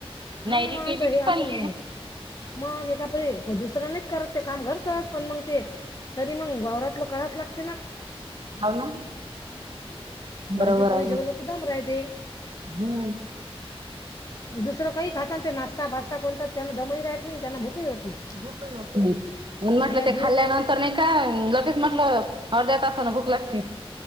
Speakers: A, on the left; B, on the right.
A: हा,
B: नायरी केली
A: तहे
B: की
A: आपूण
B: चालली.
A: मग एकाप दुसरं नाही, करत ते काम घरचं पण मग ते, तरी मग वावरातलं करावच लागते ना.
B: हौव ना, बरोबर
A: भाजी पोली
B: आहे ना
A: जेवल की दम राहिती.
B: हम्म.
A: दुसरं काही खात ते नाश्ता फजस्ता कोणता ते, त्यांना दमई राहत नाही त्यांना भूकही होत नाही.
B: भूकही होत नाही म्हटलं,
A: ह्या
B: ते
A: दीड
B: खाल्ल्यानंतर
A: पोळी
B: तर नाही का लगेच म्हंटलं, अर्ध्या तासान भूक लागती.